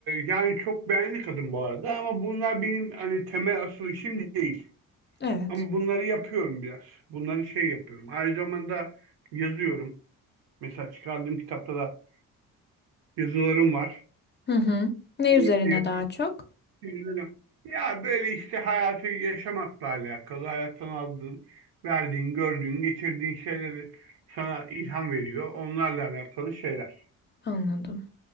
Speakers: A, on the right (about 65°); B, on the left (about 25°).
A: yani çok beğendi kadın bu arada ama bunlar benim hani temel asıl işim değil.
B: Evet.
A: Ama bunları yapıyorum biraz. Bunları şey yapıyorum. Aynı zamanda yazıyorum. Mesela çıkardığım kitapta da yazılarım var.
B: Hı hı. Ne
A: Şiirlerim-
B: üzerine daha çok?
A: şiirlerim. Ya böyle işte hayatı yaşamakla alakalı, hayattan aldığın, verdiğin, gördüğün, geçirdiğin şeyleri sana ilham veriyor. Onlarla alakalı şeyler.
B: Anladım.